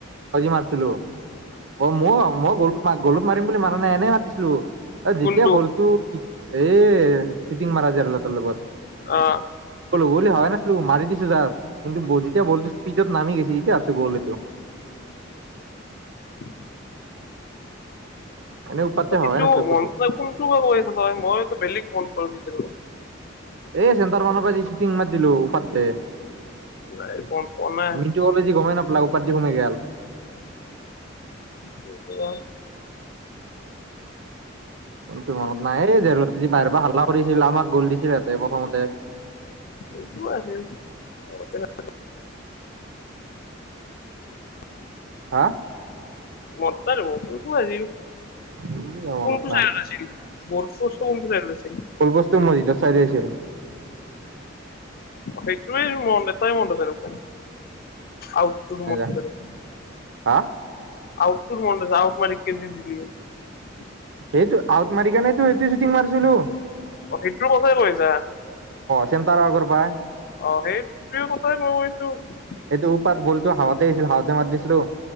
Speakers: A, on the right (about 65°); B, on the left (about 50°).
A: জি মাৰিছিলোঁ অ', মই মই গল গলত মাৰিম বুলি মাৰা নাই এনেই মাৰিছিলোঁ। অ', যেতিয়া
B: কোনটো
A: গ'লটো এ ছোটিং মাৰা যে যাৰ লগত।
B: অ অ
A: বলো বলি হয় নাছিলো মাৰি দিছো যা কিন্তু যেতিয়া বলটো স্পীডত নামি গেছি তেতিয়া ভাবছোঁ গল এইটো।
B: <inaudible>
A: এনে উপাতে
B: ত' সেইটো
A: ভবাই নাছিলো
B: মন
A: ক'তো
B: নাই কোনটো বা কৈ আছ তই মই আকৌ বেলেগ মন <unintelligible>
A: এই চেণ্টাৰ মানুহ আজি শ্বুটিং মাৰতি দিলোঁ পাততে।
B: নাই মনত পৰা নাই
A: মিণ্টু সঁতে যে গমেই নাপালাক, ওপৰ দি সোমাই গেল। <inaudible>
B: কোনটো বা?
A: কোনটো মনত নাই এই জে বাহিৰৰ পৰা হাল্লা কৰিছিল আমাক গ'ল দিছিলহেঁতে প্ৰথমতে।
B: এইটো আছিল <unintelligible> <inaudible>
A: হা?
B: মনত নাই দেখোন, কোনটো আছিল?
A: <inaudible> মনত
B: কোনটো
A: নাই
B: চাইডত আছিল বৰ্ড ফৰ্চটো কোনটো চাইডত আছিল
A: ফুল বস্তু মজিদত চাই দি আছিল।
B: সেইটোৱেই মনত এতাই মনত আছে, ৰ' খেল। আউটটো হে
A: নাই
B: মনত
A: যা
B: আছে মোৰ,
A: হা
B: আউটটো মনত আছে, আউট মাৰি <unintelligible>
A: সেইটো আউট মাৰিকেনেতো সেইটো শ্বুটিং মাৰিছিলোঁ।
B: অ', সেইটোৰ কথা কৈছা অ,
A: চেণ্টাৰ আগৰ পাই
B: সেই সিটো কথা <unintelligible>
A: এইটো উপাত বলটো হাৱাতেই আছিল হাৱাতে মাৰ দিছিলোঁ।